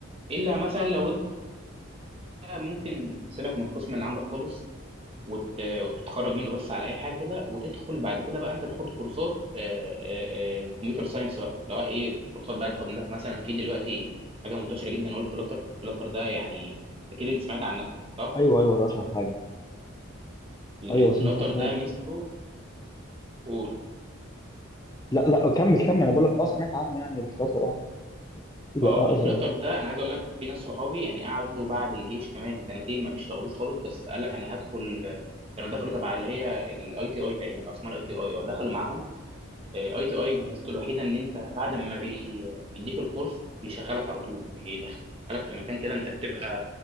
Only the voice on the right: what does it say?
الا مثلا لو انت ممكن سيبك من القسم اللي عندك خالص وت... وتتخرج منه بس على اي حاجه كده وتدخل بعد كده بقى انت تاخد كورسات آه، آه، آه، كمبيوتر ساينس بقى اللي هو ايه كورسات بقى تاخد لك مثلا في دلوقتي حاجه منتشره جدا هو الفلاتر الفلاتر ده يعني اكيد انت سمعت عنها صح
ال-
الفلاتر
ده ميزته قول
اه
الفلاتر ده انا عايز اقول لك في ناس صحابي يعني قعدوا بعد الجيش كمان سنتين ما بيشتغلوش خالص بس قال لك انا هدخل آه، كانوا دخلوا تبع اللي هي الاي تي اي تقريبا او اسمها الاي تي اي اه دخلوا معاهم آه، اي تي اي ميزته الوحيده ان انت بعد ما بي- بيديك الكورس بيشغلك على طول بيدخلك في مكان كده انت بتبقى